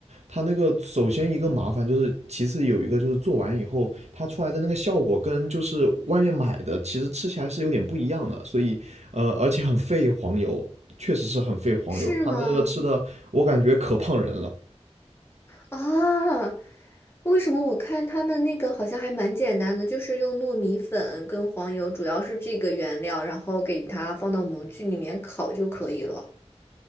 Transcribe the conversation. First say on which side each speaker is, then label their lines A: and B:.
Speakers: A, on the right (about 75°); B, on the left (about 20°).
A: 它那个首先一个麻烦就是，其次有一个就是做完以后，它出来的那个效果跟就是外面买的其实吃起来是有点不一样的，所以呃，而且很费黄油，确实是很费黄油，
B: <laughs> 是吗？
A: 它那个吃的我感觉可胖人了。
B: 啊，为什么我看他们那个好像还蛮简单的，就是用糯米粉跟黄油，主要是这个原料，然后给它放到模具里面烤就可以了。